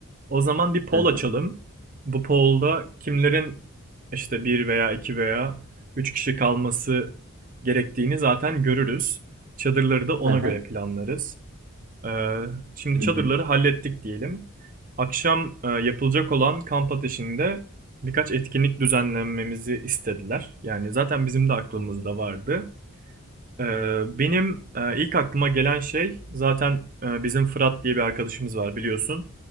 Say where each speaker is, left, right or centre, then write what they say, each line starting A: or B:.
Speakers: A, on the right (about 40°); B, on the right (about 85°).
A: O zaman bir poll
B: Hı hı.
A: açalım. Bu poll'da kimlerin işte bir veya iki veya üç kişi kalması gerektiğini zaten görürüz. Çadırları da ona
B: Hı hı.
A: göre planlarız. Ee, şimdi
B: Hı
A: çadırları
B: hı.
A: hallettik diyelim. Akşam e, yapılacak olan kamp ateşinde birkaç etkinlik düzenlememizi istediler. Yani zaten bizim de aklımızda vardı. Ee, benim e, ilk aklıma gelen şey zaten e, bizim Fırat diye bir arkadaşımız var biliyorsun.